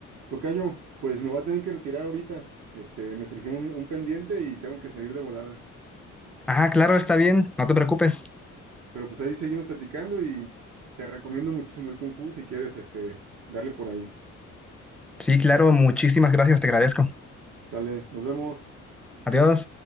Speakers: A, on the right; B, in the centre.
A: Tocayo, pues me voy a tener que retirar ahorita. Este, me surgió un, un pendiente y tengo que salir de volada.
B: Ah, claro, está bien, no te preocupes.
A: Pero pues ahí seguimos platicando y te recomiendo muchísimo el Kung Fu si quieres, este, darle por ahí.
B: Sí, claro, muchísimas gracias, te agradezco.
A: Dale, nos vemos.
B: Adiós.